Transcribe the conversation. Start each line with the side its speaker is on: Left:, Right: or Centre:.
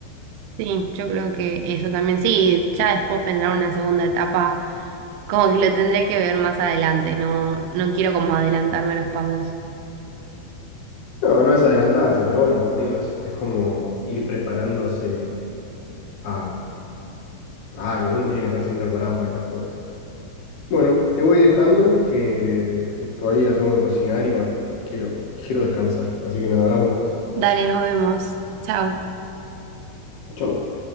Right: Sí, yo creo que eso también, sí, ya después vendrá una segunda etapa Como que lo tendré que ver más adelante, no, no quiero como adelantarme a los pasos.
Left: No, no es adelantarse, pero bueno, como te digo, es, es como ir preparándose a, a algo. Uno tiene que estar siempre preparado para estas cosas. Bueno, te voy dejando que, que todavía tengo que cocinar y bueno, quiero, quiero descansar. Así que nada, hablamos después.
Right: Dale, nos vemos. Chao.
Left: Chau.